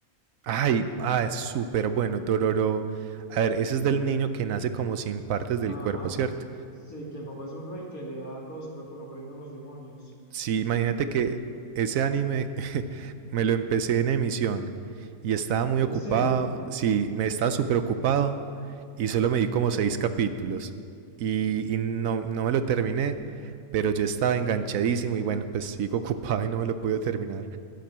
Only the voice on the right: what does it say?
Ay, ah, es súper bueno, Dororo. A ver, ese es del niño que nace como sin partes del
cuerpo, ¿cierto?
Sí, imagínate que ese anime <laughs> me lo empecé en emisión y estaba muy
ocupado,
sí, me estaba súper ocupado y solo me di como seis capítulos y, y no, no me lo terminé, pero yo estaba enganchadísimo y bueno, pues sigo <laughs> ocupado y no me lo pude terminar.